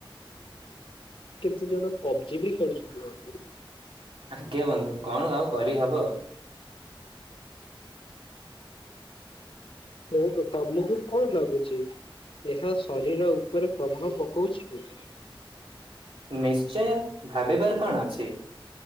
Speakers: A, on the left (about 70°); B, on the right (about 80°).
A: କିଛି ଜଣ ପବଜି ବି ଖେଳୁଛନ୍ତି ବନ୍ଧୁ।
B: ଆଜ୍ଞା ବନ୍ଧୁ କଣ ଆଉ କରି ହବ।
A: ତ ତମକୁ କଣ ଲାଗୁଛି? ଏହା ଶରୀର ଉପରେ ପ୍ରଭାବ ପକଉଛି କି?
B: ନିଶ୍ଚୟ ଭାବିବାର କଣ ଅଛି।